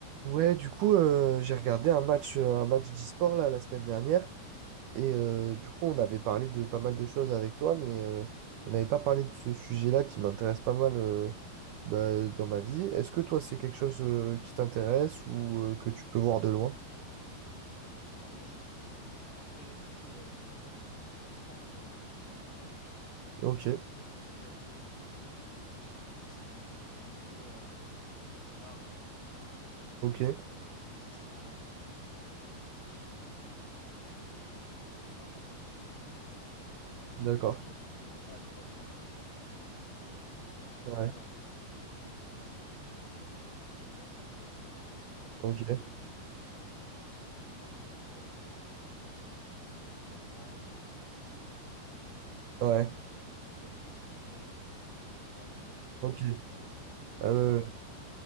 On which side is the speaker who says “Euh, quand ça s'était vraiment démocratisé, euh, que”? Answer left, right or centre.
Left